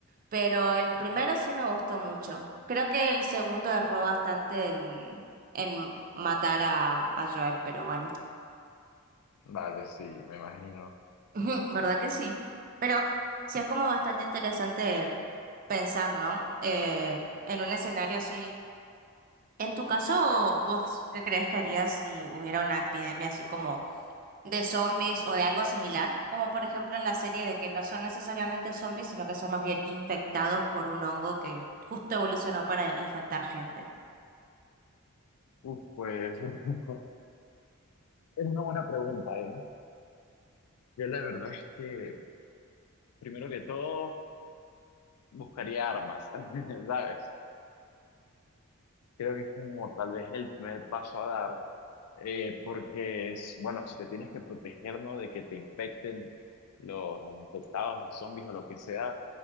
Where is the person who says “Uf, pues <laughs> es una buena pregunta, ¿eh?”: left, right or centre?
Left